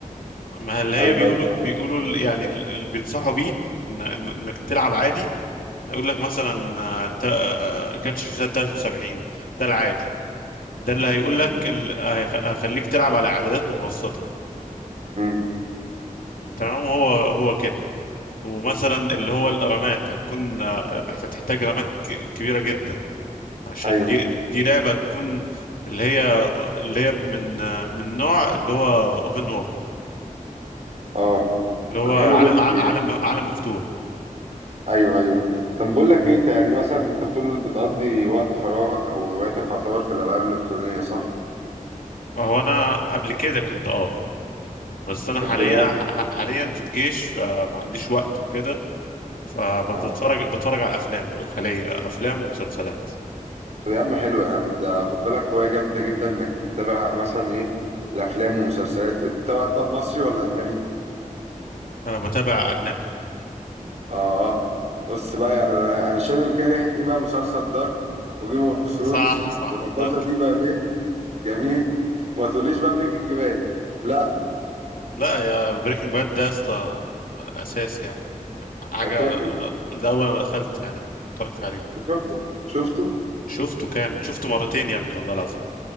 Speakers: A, on the left; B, on the right.
A: ما اللي
B: ايوه
A: هي بيقولوا
B: ايوه فهمتك
A: بيقولوا ال- يعني ال- اللي بينصحوا بيه إن- إن- إنك تلعب عادي هيقول لك مثلا آه، تا- آه، كارت الشاشات 73 ده العادي ده اللي هيقول
B: مم.
A: لك ال... هيخ- هيخليك تلعب على اعدادات متوسطة
B: مم.
A: تمام هو هو كده ومثلا اللي هو الرامات هتكون آه، محت- هتحتاج رامات ك- كبيرة جدا عشان
B: ايوه
A: دي دي لعبة تكون اللي هي اللي هي من آه، من نوع اللي هو اوبن وورلد
B: اه
A: اللي هو
B: طب حلو
A: عالم
B: جدا
A: ع-
B: يعني.
A: عالم عالم مفتوح
B: ايوه ايوه طب بقول لك ايه انت يعني مثلا انت بتقول بتقضي وقت فراغك او هوايتك يعتبر في الالعاب الالكترونيه صح
A: هو انا قبل كده كنت اه بس انا
B: طب
A: حاليا
B: دلوقتي
A: ح- حاليا في الجيش فما عنديش وقت وكده فبتفرج
B: اه
A: بتفرج على الافلام دل- حاليا افلام ومسلسلات
B: طب يا عم حلو يا عم ده خد بالك هوايه جامده جدا انك تتابع مثلا ايه الافلام والمسلسلات تتابع طب مصري ولا اجنبي
A: انا بتابع اجنبي
B: اه بص بقى يعني انا انا شامم كده ريحه ايه بقى مسلسل دارك وجيم اوف ثرونز
A: صح صح
B: ولا كازا
A: دارك
B: دي بابيل جميل ما تقوليش بقى بريكنج باد لا
A: لا يا بريكنج باد ده يا اسطى اساس يعني حاجه
B: اساتي
A: ده اول ما دخلت يعني اتفرجت عليه
B: شفته شفته
A: شفته كامل شفته مرتين يا ابني والله العظيم